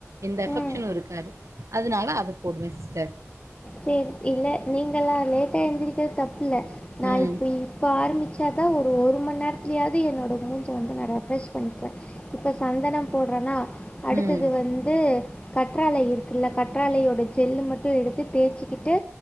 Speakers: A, on the right (about 75°); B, on the left (about 25°).
A: எந்த எபக்ஷனு
B: ம்
A: இருக்காது அதனால அத போடுவே சிஸ்டர்
B: சேரி இல்ல நீங்கல்லா லேட்டா எந்திரிக்கிறது தப் பில்ல நா
A: ம்
B: இப்ப இப்ப ஆரம்பிச் சாதா ஒரு ஒரு மணி நேரத்துலயாவது என்னோட மூஞ்ச வந்து நா ரெஃப்ரெஷ் பண்ணிப்பே இப்போ சந்தனம் போடுறன்னா அடுத்தது
A: ம்
B: வந்து கற்றாழை இருக்குல்ல கற்றாழையோட ஜெல்லு மட்டு எடுத்து தேச்சு ட்டு